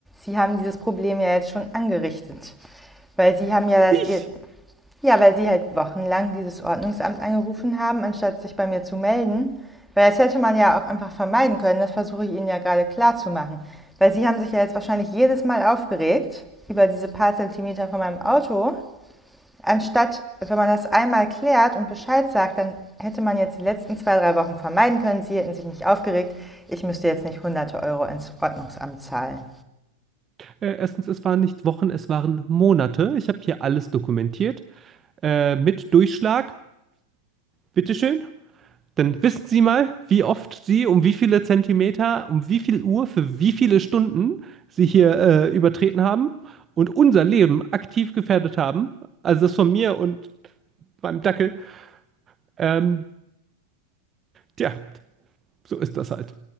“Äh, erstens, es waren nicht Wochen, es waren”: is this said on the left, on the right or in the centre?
Right